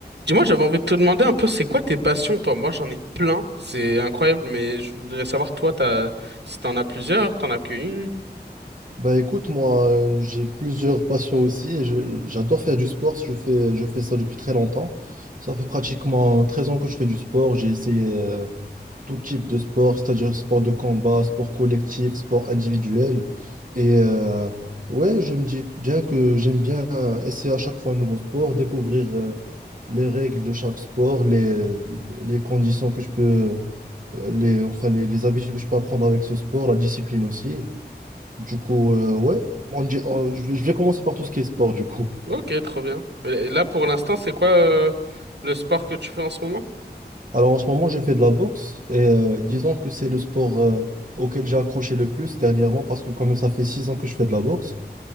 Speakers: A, on the right (about 80°); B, on the right (about 50°).
A: Dis-moi, j'avais envie de te demander un peu, c'est quoi tes passions, toi? Moi, j'en ai plein, c'est incroyable, mais je voudrais savoir, toi, t'as, si t'en as plusieurs, t'en as qu'une.
B: Bah écoute, moi euh, j'ai plusieurs passions aussi et je- j'adore faire du sport, je fais, je fais ça depuis très longtemps. Ça fait pratiquement 13 ans que je fais du sport, j'ai essayé euh, tout type de sport, c'est-à-dire sport de combat, sport collectif, sport individuel. Et euh, ouais, je me dis bien que j'aime bien euh, essayer à chaque fois un nouveau sport, découvrir euh, les règles de chaque sport, les, les conditions que je peux, euh, les, enfin les les habitudes que je peux apprendre avec ce sport, la discipline aussi. Du coup, euh, ouais, on dit- on- je vais, je vais commencer par tout ce qui est sport, du coup.
A: Ok, trop bien. Et là, pour l'instant, c'est quoi, euh, le sport que tu fais en ce moment?
B: Alors, en ce moment, je fais de la boxe et euh, disons que c'est le sport euh, auquel j'ai accroché le plus dernièrement parce que comme ça fait six ans que je fais de la boxe,